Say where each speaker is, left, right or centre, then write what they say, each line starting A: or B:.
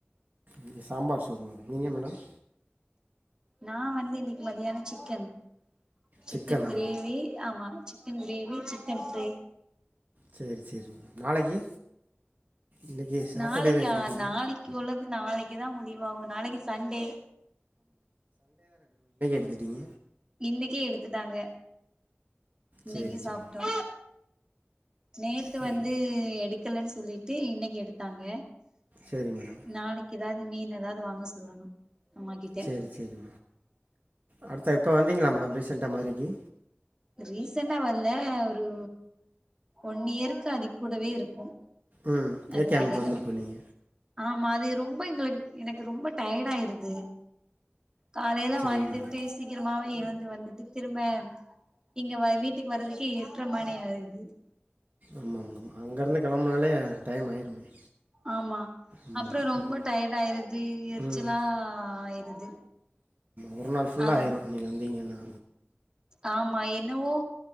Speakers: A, on the right; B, on the right.
A: இங்க சாம்பார் சோறு மேடம் நீங்க மேடம்
B: நா வந்து இன்னிக்கு மதியான சிக்கன் சிக்கன்
A: சிக்கனா
B: க்ரேவி ஆமா சிக்கன் க்ரேவி சிக்கன் ஃப்ரை
A: சேரி சேரி நாளைக்கு இன்றைக்கி சாட்டர்டேவே
B: நாளைக்கா
A: எடுத்துட்டீங்க
B: நாளைக்கு உள்ளது நாளைக்குதா முடிவாகு நாளைக்கு சண்டே
A: எப்டிங்க
B: இன்னைக்கே எடுத்துட்டாங்க இன்னைக்கு
A: சரி சரி
B: சாப்ட்டோ
A: மேடம்
B: நேத்து
A: சரி
B: வந்து உ எடுக் க்கலேன் சொல்லிட்டு இன்னைக்கு எடுத்தாங்க
A: சரி மேடம்
B: நாளைக் எதாவது மீன் எதாவது வாங்க சொல்லணு அம்மா கிட்ட
A: சேரி சேரி அடுத்த இப்ப வந்தீங்களா மேடம் ரீசண்டா மதுரைக்கு
B: ரீசண்டா வர்ல ஒரு ஒன் இயருக்கு அதி கூடவே இருக்கு
A: ம் <unintelligible>
B: அதுக்கு எடையில
A: வந்துட்டு போனிங்க
B: ஆமா அது ரொம்ப எங்களுக்கு எனக்கு ரொம்ப டயர்ட் ஆயிருது காலையில
A: சரி
B: வந்துட்டு
A: மேடம்
B: சீக்கரமா எழுந்து வந்துட்டு திரும்ப இங்க வ வீட்டுக்கு வரதுக்கே எட்ர மணி ஆகுது <unintelligible>
A: ஆமாமாமா அங்கருந்து கெளம்புனாலே டைம் ஆயிருமே
B: ஆமா
A: ஆமாம்
B: அப்ற ரொம்ப
A: அப்
B: டயர்டு ஆயிருது எரிச்சலா
A: ம்
B: ஆயிருது
A: ஒரு நாள் ஃபுல்லா
B: அத
A: ஆயிரு நீங்க வந்திங்கனா
B: ஆமா என்னவோ